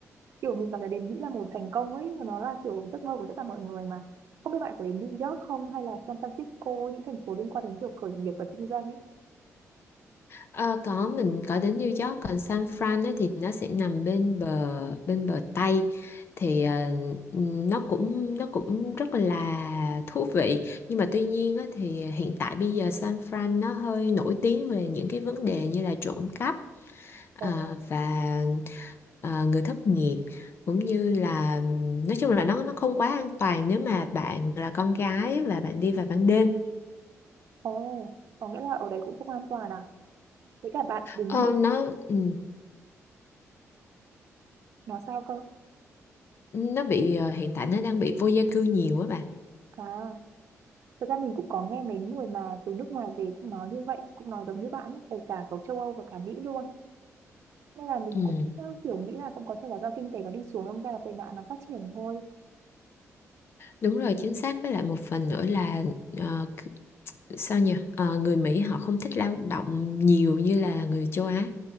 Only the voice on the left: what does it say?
Ờ, có mình có đến New York còn San Fran ấy, thì nó sẽ nằm bên bờ bên bờ Tây thì ờ, nó cũng nó cũng rất là thú vị nhưng mà tuy nhiên á, thì hiện tại bây giờ San Fran nó hơi nổi tiếng về những cái vấn đề như là trộm cắp ờ,
và ờ, người thất nghiệp cũng như là nói chung là nó nó không quá an toàn nếu mà bạn là con gái và bạn đi vào ban đêm
ờ,
nó ừ.
nó bị ờ, hiện tại nó đang bị vô gia cư nhiều á bà
ừ,
đúng rồi chính xác với lại một phần nữa là ờ, c- sao nhỉ Ờ, người Mỹ họ không thích lao động nhiều như là người châu Á